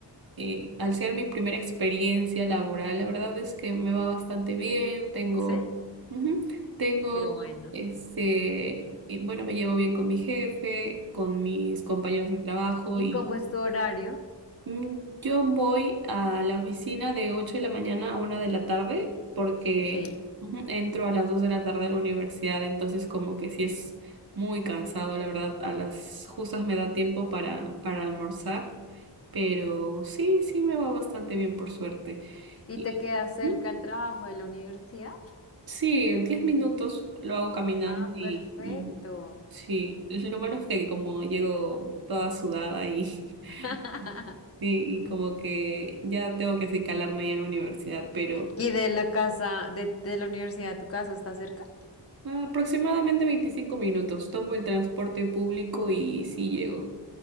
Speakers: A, on the right (about 55°); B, on the left (about 35°).
A: eh, al ser mi primera experiencia laboral, la verdad es que me va bastante bien, tengo,
B: ¿Sí?
A: ujú, tengo,
B: Qué bueno.
A: este, eh, bueno, me llevo bien con mi jefe, con mis compañeros de trabajo
B: ¿Y cómo es tu horario?
A: Mm, Yo voy a la oficina de 8 de la mañana a una de la tarde porque
B: Sí.
A: ujú, entro a las 2 de la tarde a la universidad, entonces como que sí es muy cansado, la verdad, a las justas me da tiempo para, para almorzar, pero sí, sí me va bastante bien por suerte.
B: ¿Y
A: Y,
B: te queda cerca
A: ujú,
B: el trabajo de la universidad?
A: sí, 10 minutos lo hago caminando
B: Ah,
A: y
B: perfecto.
A: mm, sí, <laughs> lo malo es que como llego toda sudada y...
B: <laughs>
A: <laughs> y, y como que ya tengo que así calarme ya en la universidad, pero
B: ¿Y de la casa, de, de la universidad a tu casa está cerca?
A: aproximadamente 25 minutos. Tomo el transporte público y sí llego,